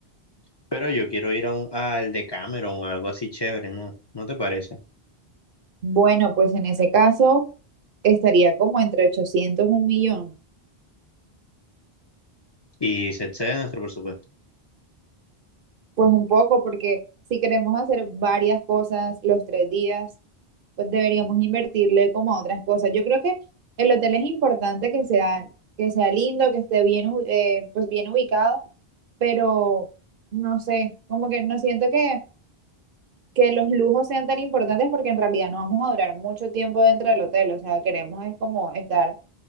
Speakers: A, on the left; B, on the right.
A: Pero yo quiero ir a un, al Decameron o algo así chévere, ¿no? ¿No te parece?
B: Bueno, pues en ese caso estaría como entre 800 y un millón.
A: Y se excede nuestro presupuesto.
B: Pues un poco, porque si queremos hacer varias cosas los tres días, pues deberíamos invertirle como a otras cosas. Yo creo que el hotel es importante que sea, que sea lindo, que esté bien, u- eh, pues bien ubicado, pero no sé, como que no siento que, que los lujos sean tan importantes porque en realidad no vamos a durar mucho tiempo dentro del hotel. O sea, queremos es como estar